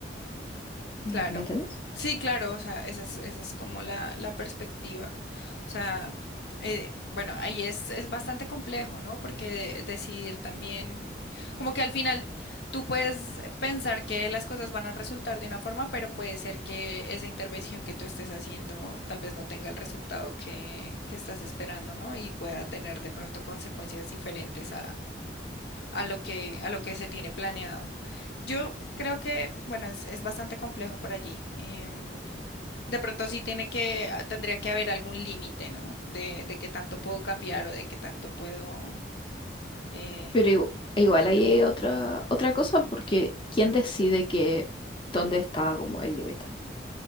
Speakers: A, on the left (about 30°); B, on the left (about 65°).
A: ¿Me
B: Claro,
A: entiendes?
B: sí, claro, o sea, esa es, esa es como la, la perspectiva. O sea, eh, bueno, ahí es, es bastante complejo, ¿no? Porque decidir también, como que al final tú puedes pensar que las cosas van a resultar de una forma, pero puede ser que esa intervención que tú estés haciendo tal vez no tenga el resultado que, que estás esperando, ¿no? Y pueda tener de pronto consecuencias diferentes a lo que, a lo que se tiene planeado. Yo creo que, bueno, es, es bastante complejo por allí. Em, de pronto sí tiene que, ah, tendría que haber algún límite, ¿no? De, de qué tanto puedo cambiar o de qué tanto puedo eh,
A: Pero igu- igual
B: editar.
A: ahí hay otra, otra cosa, porque ¿quién decide que dónde está como el límite?